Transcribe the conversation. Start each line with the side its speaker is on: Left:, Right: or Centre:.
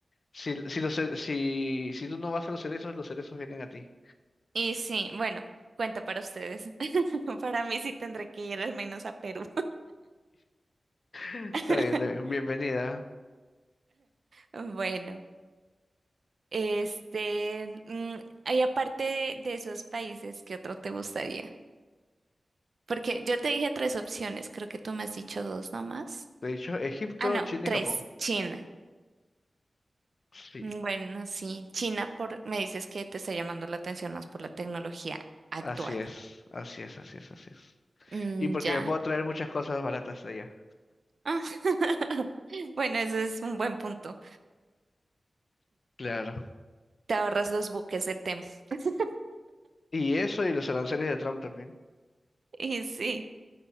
Left: Si, si, los ce- si, si tú no vas a los cerezos, los cerezos vienen a ti.
Right: Y sí, bueno, cuenta para ustedes. <laughs> Para mí sí tendré que ir al menos a Perú.
Left: Está
Right: <laughs>
Left: bien, está bien. Bienvenida.
Right: Bueno, este, mm, y aparte de, de esos países, ¿qué otro te gustaría? Porque yo te dije tres opciones, creo que tú me has dicho dos nomás.
Left: De hecho, Egipto,
Right: Ah, no,
Left: China
Right: tres,
Left: y Japón.
Right: China.
Left: Sí,
Right: Mm, Bueno, sí, China por, me dices que te está llamando la atención más por la tecnología actual.
Left: así es, así es, así es, así es.
Right: Mm,
Left: Y porque
Right: ya.
Left: me puedo traer muchas cosas baratas de allá.
Right: Ah, <laughs> Bueno, ese es un buen punto.
Left: Claro.
Right: Te ahorras los buques de Temo. <laughs>
Left: Y eso y los aranceles de Trump también.
Right: Y sí.